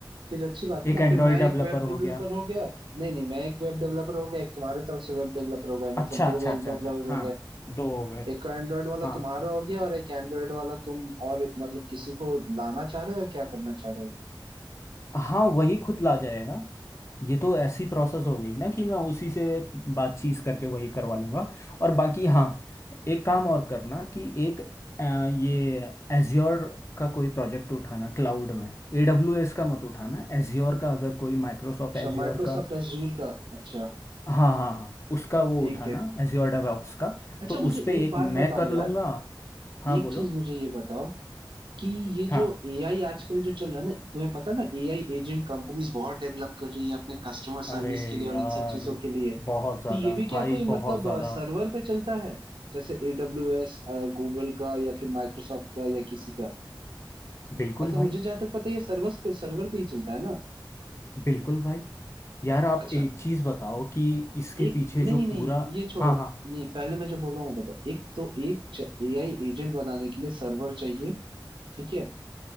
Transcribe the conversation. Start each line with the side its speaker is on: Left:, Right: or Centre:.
Right: फिर अच्छी बात है
Left: एक
Right: ना
Left: एंड्रॉयड
Right: फिर मैं
Left: डेवलपर
Right: एक वेब डेवलपर
Left: हो गया
Right: हो गया नहीं नहीं मैं एक वेब डेवलपर हो गया एक तुम्हारे तरफ से वेब डेवलपर हो गया
Left: अच्छा
Right: मतलब दो
Left: अच्छा
Right: वेब
Left: अच्छा
Right: डेवलपर
Left: अच्छा हाँ
Right: हो गए
Left: दो हो गए
Right: एक का एंड्रॉयड वाला
Left: हाँ
Right: तुम्हारा हो गया और एक एंड्रॉयड वाला तुम और एक- मतलब किसी को लाना चाह रहे हो या क्या करना चाह रहे हो
Left: हाँ वही खुद ला जाएगा ये तो ऐसी प्रोसेस हो गई ना कि मैं उसी से बातचीत करके वही करवा लूंगा और बाकी हाँ एक काम और करना कि एक अ, ये एज्योर का कोई प्रोजेक्ट उठाना क्लाउड में AWS का मत उठाना एज्योर का अगर कोई माइक्रोसॉफ्ट
Right: अच्छा
Left: एज्योर
Right: माइक्रोसॉफ्ट
Left: का
Right: अजूर का अच्छा
Left: हाँ हाँ हाँ उसका वो
Right: ठीक
Left: उठाना
Right: है
Left: एज्योर डेवऑप्स का
Right: अच्छा
Left: तो
Right: मुझे
Left: उस पे
Right: एक
Left: एक
Right: बात
Left: मैं
Right: बताओ
Left: कर लूँगा
Right: यार
Left: हाँ
Right: एक
Left: बोलो
Right: चीज मुझे ये बताओ कि ये
Left: हाँ
Right: जो एआई आजकल जो चल रहा है ना तुम्हें पता है ना एआई एजेंट कंपनीज बहुत डेवलप कर रही हैं अपने कस्टमर
Left: अरे
Right: सर्विस के लिए
Left: यार
Right: और इन सब चीजों के लिए
Left: बहुत ज़्यादा
Right: तो ये भी
Left: भाई
Right: क्या कोई
Left: बहुत
Right: मतलब
Left: ज़्यादा
Right: सर्वर पे चलता है जैसे एडब्ल्यू एस गूगल का या फिर माइक्रोसॉफ्ट का या किसी का
Left: बिल्कुल
Right: मतलब
Left: भाई
Right: मुझे जहां तक पता है ये सर्वर पे सर्वर पे ही चलता है ना
Left: बिल्कुल भाई यार आप
Right: अच्छा
Left: एक चीज बताओ कि इसके
Right: एक
Left: पीछे
Right: नहीं
Left: जो
Right: नहीं
Left: पूरा
Right: ये छोड़ो
Left: हाँ हाँ
Right: नहीं पहले मैं जो बोल रहा हूँ वो बताओ एक तो एक एआई एजेंट बनाने के लिए सर्वर चाहिए ठीक है